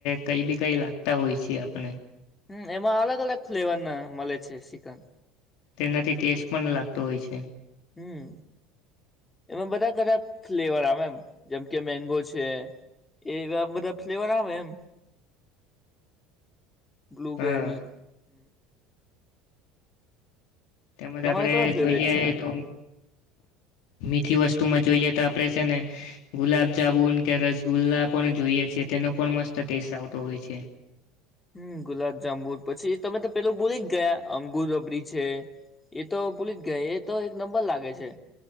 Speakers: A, on the left (about 70°); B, on the left (about 20°).
A: કઈ બી કઈ લાગતા હોય છે આપને
B: હમ એમાં અલગ અલગ ફ્લેવર ના મળે છે શ્રીખંડ
A: તેનાથી ટેસ્ટ પણ લાગતો હોય છે
B: હમ એમાં બધા કધા ફ્લેવર આવે એમ જેમ કે મેંગો છે એવા બધા ફ્લેવર આવે એમ બ્લુબેરી
A: હા
B: હ
A: તેમજ
B: તમારો
A: આપડે
B: કયો ફેવરેટ
A: જોઈએ
B: છે
A: તો મીઠી વસ્તુ વસ્તુમાં જોઈએ તો આપણે છે ને ગુલાબ જામુન કે રસગુલ્લા પણ જોઈએ છે તેનો પણ મસ્ત ટેસ્ટ આવતો હોય છે
B: હમ ગુલાબજામુન પછી તમે તો પેલું બોલી જ ગયા અંગુર રબરી છે એ તો બોલી જ ગયા એ તો એક નંબર લાગે છે